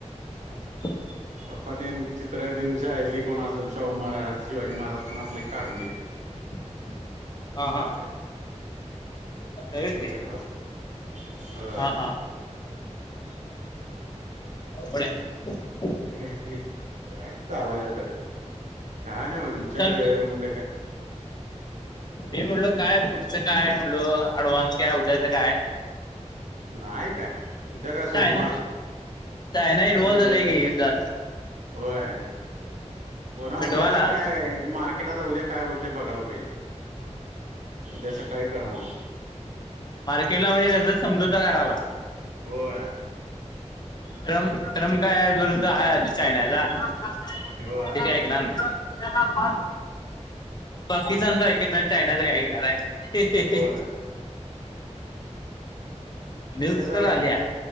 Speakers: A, on the left; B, on the right.
A: ह <inaudible>
B: पप्पा तेन चित्रं तन शाळेतली कोण असल, शाहू महाराज शिवाजी महाराज तेन असलं, काढून देत्यात.
A: हं <inaudible> हा हा,
B: असं आहे
A: असाय वय
B: त्यांच्याकडे
A: ते,
B: असतय होय
A: हा हा. अवघड हाय.
B: काय चालायच आता, काय नाही म तुमच्याकडं
A: सांग
B: म्हणलं काय
A: मी म्हनलो काय, पुढचं काय म्हणलो, अँडव्हान्स काय उद्याचं काय
B: नाय काय, उद्या काय सोमवार.
A: चायना चायना
B: इकडे
A: इनवॉल
B: तिकडे
A: झालेय की युद्धात.
B: होय, हो ना
A: मिटवायला
B: उद्या आता काय मार्के क्रेट आता उद्या काय होतय बघायला पायजे, उद्या सकाळी कळणार.
A: मार्केट ला म्हणजे कसं समजवता करायला.
B: होय.
A: ट्रम्प ट्रम्प काय विरुद्ध हाय आधी चायनाचा. ते
B: होय
A: काही ऐकणार नाही. पाकिस्तानच ऐकत नाही चायनाच काय ऐकणार आहे.
B: होय.
A: न्यूज
B: ते आता
A: तर आल्या.